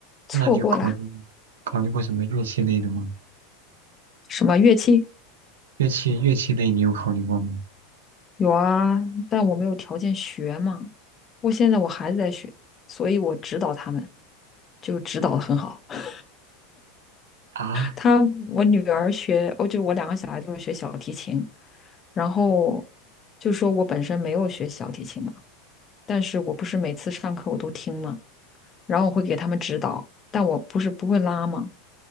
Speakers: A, on the left; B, on the right.
A: 错过了
B: 那你有考虑考虑过什么乐器类的吗？
A: 什么乐器？
B: 乐器乐器类你有考虑过吗？
A: 有啊，但我没有条件学嘛。我现在我孩子在学，所以我指导他们，就指导的很好。<laughs>
B: 啊，
A: 他我女儿学，哦，就我两个小孩都是学小提琴，然后就说我本身没有学小提琴嘛，但是我不是每次上课我都听嘛，然后我会给他们指导，但我不是不会拉嘛，